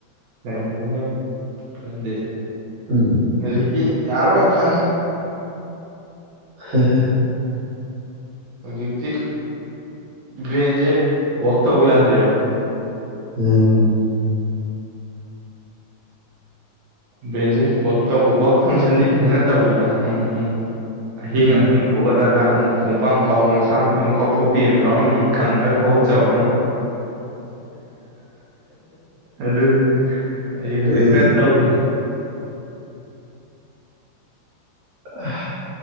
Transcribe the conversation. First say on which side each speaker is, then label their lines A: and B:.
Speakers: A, on the right (about 70°); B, on the right (about 85°).
A: ꯀꯩꯅꯦ ꯑꯗꯦ
B: ꯎꯝ
A: ꯍꯧꯖꯤꯛꯇ ꯌꯥꯔꯣꯏ ꯈꯪꯉꯤ
B: ꯍ
A: ꯍꯧꯖꯤꯛꯇꯤ ꯕ꯭ꯔꯦꯟꯁꯦ ꯋꯛ ꯇꯧꯕ ꯌꯥꯗ꯭ꯔꯦꯕ
B: ꯎꯝ
A: ꯕ꯭ꯔꯦꯟꯁꯦ ꯋꯛ ꯇꯧ ꯋꯥꯛ ꯐꯪꯁꯟꯗꯤ ꯐꯖꯅ ꯇꯧꯔꯤꯗ ꯑꯃꯨꯛ ꯑꯥꯍꯤꯡ
B: ꯎꯝ
A: ꯑꯥꯍꯤꯡ ꯍꯣꯠ ꯂꯒ ꯑꯃꯨꯛ ꯈꯣꯡꯄꯥꯡ ꯀꯥꯎꯕ ꯃꯁꯥ ꯃꯇꯣ ꯀꯥꯎꯊꯣꯛꯄꯤ ꯑꯃ ꯌꯥꯎꯔꯝꯃꯤ ꯈꯪꯉꯒ ꯍꯧꯒꯠꯆꯕ ꯑꯃ ꯑꯗꯨꯅꯤ ꯑꯩ ꯍꯧꯖꯤꯛ
B: ꯎꯝ
A: ꯀꯟꯅ ꯇꯧꯏ
B: ꯑ